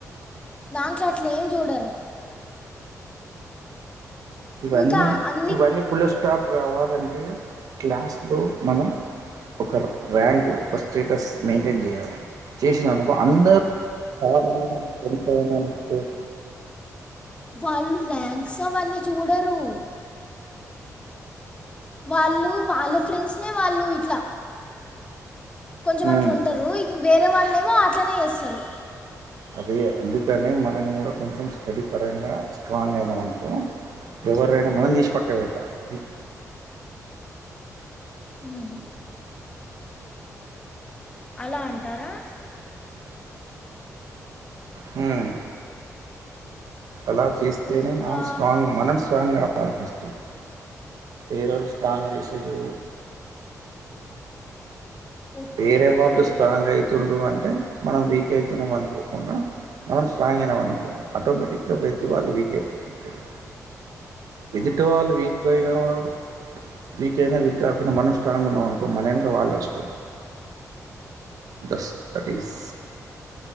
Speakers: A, on the left; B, on the right.
A: దాంట్లో అట్లేం చూడరు.
B: ఇవన్నీ
A: ఇంకా అన్ని
B: ఇవన్నీ ఫుల్ స్టాప్ కావాలంటే క్లాస్లో మనం ఒక ర్యాంకు ఒక స్టేటస్ మెయింటైన్ చేయాలి, చేసినానుకో అందరు <unintelligible>
A: వాళ్ళు ర్యాంక్స్ అవన్నీ చూడరు వాళ్ళు వాళ్ళ ఫ్రెండ్స్నే వాళ్ళు ఇట్లా కొంచెం అట్లుంటరు
B: ఉమ్
A: వేరే వాళ్ళనేమో అట్లనే చేస్సరు
B: అదే అందుకనే మనం కూడా కొంచెం స్టడీ పరంగా స్ట్రాంగ్ అయినాం అనుకో ఎవరైనా మనం తీసి పక్క పెట్టాలి అది,
A: ఉమ్ అలా అంటారా
B: హుమ్ అలా చేస్తేనే
A: ఇంకా
B: మనం స్ట్రాంగ్ మనం స్ట్రాంగా కాదు ఫస్టు ఈ రోజు స్కాన్ చేసిర్రూ
A: ఓకే
B: వేరే
A: ఓకే
B: వాళ్ళు స్ట్రాంగ్ అయితుండ్రు అంటే మనం వీక్ అయితున్నాం అనుకోకుండా మనం స్ట్రాంగ్ అయినాం అనుకో ఆటోమేటిక్గా వెద్దు వాళ్ళు వీక్ అయిపోతుంటారు వెజు టు వాళ్ళు వీక్ అయినారు వీక్ ఐనా వీక్ కాకున్నా మనం స్ట్రాంగ్ ఉన్నాం అనుకో మన ఎనుక వాళ్లే వస్తారు థస్ దటీస్